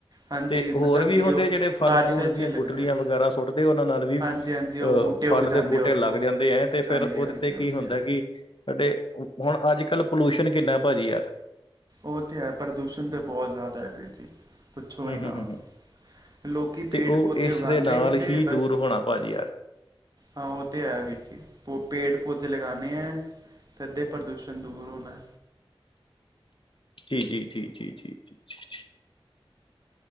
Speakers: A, on the right; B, on the left.
A: ਹਾਂਜੀ
B: ਤੇ ਹੋਰ
A: ਮਤਲਬ
B: ਵੀ
A: ਇਓ
B: ਹੁੰਦੇ ਜਿਹੜੇ ਫਲ
A: ਬਾਰਿਸ਼ਾਂ
B: ਫਰੂਟ ਦੀਆਂ
A: ਚ
B: ਗੁਟਲੀਆਂ
A: ਲੱਗਦੇ
B: ਵਗ਼ੈਰਾ ਸੁੱਟਦੇ ਉਹਨਾਂ ਨਾਲ ਵੀ
A: ਹਾਂਜੀ
B: ਅਹ,
A: ਹਾਂਜੀ ਉਹ ਬੂਟੇ
B: ਫਲ
A: ਉੱਗ ਜਾਂਦੇ
B: ਦੇ ਬੂਟੇ
A: ਉੱਥੋਂ
B: ਲੱਗ ਜਾਂਦੇ ਹੈ ਤੇ ਫਿਰ
A: ਹਾਂਜੀ
B: ਉਹਦੇ
A: ਹਾਂਜੀ
B: ਤੇ ਕੀ
A: ਉਹ
B: ਹੁੰਦਾ
A: ਹੈ
B: ਕਿ, ਅਤੇ ਹੁਣ ਅੱਜ ਕੱਲ੍ਹ ਪੋਲਿਊਸ਼ਨ ਕਿੰਨਾ ਭਾਅਜੀ ਯਾਰ,
A: ਉਹ ਤੇ ਹੈ ਪ੍ਰਦੂਸ਼ਣ ਤਾਂ ਬਹੁਤ ਜ਼ਿਆਦਾ ਹੈ ਜੀ ਪੁੱਛੋ
B: ਹੂੰ
A: ਹੀ ਨਾ।
B: ਹੂੰ ਹੂੰ ਹੂੰ
A: ਲੋਕੀ
B: ਤੇ
A: ਪੇੜ
B: ਉਹ
A: ਪੌਧੇ
B: ਇਸ
A: ਉੱਗਾਂਦੇ
B: ਦੇ ਨਾਲ
A: ਨੀ ਪਏ
B: ਹੀ
A: ਬਸ
B: ਦੂਰ ਹੋਣਾ ਭਾਜੀ ਯਾਰ
A: ਹਾਂ ਉਹ ਤੇ ਹੈ ਵੀਰ ਜੀ ਓਹ ਪੇੜ ਪੌਦੇੇ ਲਗਾਉਣੇ ਹੈ। ਫੇਰ ਤੇ ਪ੍ਰਦੂਸ਼ਣ ਦੂਰ ਹੋਣਾ।
B: ਜੀ ਜੀ ਜੀ ਜੀ ਜੀ ਜੀ।